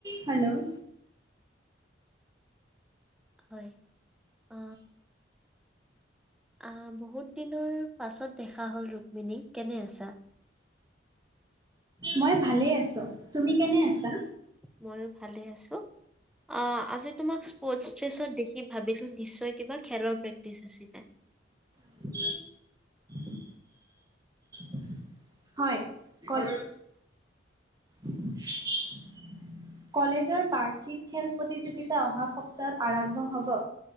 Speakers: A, on the right (about 20°); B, in the centre.
A: Hello
B: হয়। আ আহ বহুত দিনৰ পাছত দেখা হল ৰুক্মিনী কেনে আছা।
A: মই ভালে আছো তুমি কেনে আছা?
B: ময়ো ভালে আছো, অ আজি তোমাক স্পৰ্টছ ড্ৰেছট দেখি ভাবিলো নিছ চয় কিবা খেলৰ প্ৰেক্টিচ আছিলে।
A: উম উম <inaudible> হয় কল উম <inaudible> কলেজৰ বাৰ্ষিক খেল প্ৰতিযোগিতা অহা সপ্তাহত আৰম্ভ হব